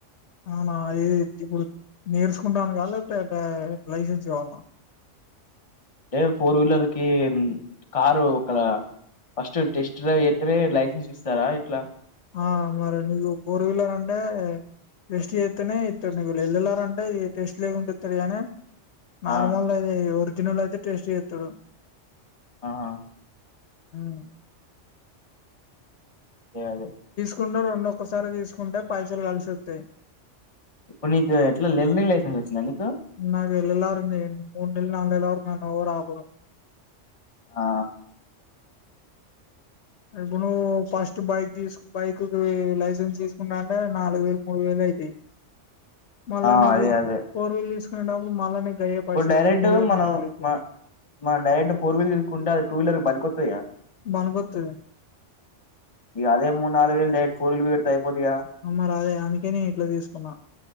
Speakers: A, on the left; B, on the left.
A: అవునా ఏ తిప్పుడు నేర్సుకుంటానిక లేకపోతే లైసెన్స్ కావాల్న
B: ఏ ఫోర్ వీలర్ కి కారు ఒకల ఫస్ట్ టెస్ట్ ట్రై చేస్తేనే లైసెన్స్ ఇస్తారా ఇట్లా
A: ఆ మరి నీగు ఫోర్వీలర్ అంటే? టెస్ట్ చేస్తనే ఇస్తాడు ల్ ల్ ర్ వెల్ళలారంటే ఈ టెస్ట్ లేకుంటే ఇస్తాడు గానీ నార్మల్
B: ఆ
A: దైతే ఓర్జినెల్ దైతే టేస్ట్ చేస్తాడు
B: ఆహా
A: అవున్
B: య అదే
A: కుండు రెండు ఒకే సారీ తీసుకుంటే పైసలు కల్సి ఓతేయ్
B: ఇప్పుడు నీకు ఎట్లా లెర్నింగ్ లైసెన్స్ వచ్చిందా నీకు
A: నాది ల్ ల్ ర్ ఉంది. మున్ ల్ నాలుల్ వరకు నేను ఎవరు అపరు.
B: ఆ
A: ఇప్పుడు ఫస్ట్ బైక్ తీసు బైక్ లైసెన్స్ తీసుకున్నాంటే నాలుగు వేలు, మూడు వేలు అయితాయి. మల్ల
B: ఆ
A: నీవు
B: అదే అదే
A: ఫోర్ వీల్ తీసుకునేటప్పుడు మళ్ళా నీకు అయ్యే
B: ఇప్పుడు
A: పైసలు
B: డైరెక్ట్
A: అయితాయి మూడు వేలు
B: మనం
A: నాలుగు వేలు అయితాయి
B: మ మన డైరెక్ట్ ఫోర్ వీలర్ తీసుకుంటే అది టూ వీలర్ బనికొత్తదిహ
A: బనుకొత్తది
B: అదే మూడు నాలుగు వేళ్ళు డాడీ ఫోన్లు పెడితే అయిపోద్దిగా
A: అమ్మ రాలె అందుకే నేను ఇట్లా తీసుకున్నా